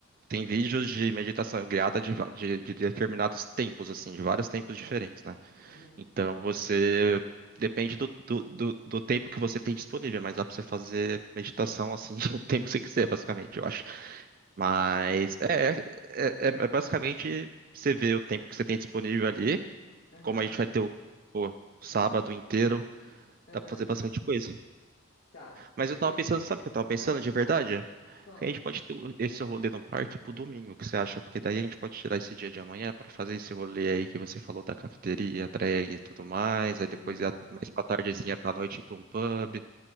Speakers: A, on the right; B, on the left.
A: tem vídeos de meditação guiada de, va- de, de determinados tempos, assim, de vários tempos diferentes, né?
B: Uhum.
A: Então, você depende do, do, do, do tempo que você tem disponível, mas dá pra você fazer meditação assim <laughs> o tempo que você quiser, basicamente. Eu acho Mas
B: Tá quem?
A: é, é, é- é basicamente você vê o tempo que você tem disponível ali.
B: Aham.
A: Como a gente vai ter o, o sábado inteiro,
B: Aham.
A: dá pra fazer bastante coisa.
B: Tá.
A: Mas eu tava
B: Beleza.
A: pensando, sabe o que eu tava pensando
B: Ah,
A: de verdade?
B: conta.
A: Que a gente pode ter esse rolê no parque pro domingo, o que você acha? Porque daí a gente pode tirar esse dia de amanhã pra fazer esse rolê aí que você falou da cafeteria, drag e tudo mais. Aí
B: <laughs>
A: depois ir a- mais pra tardezinha, pra noite, ir pra um pub.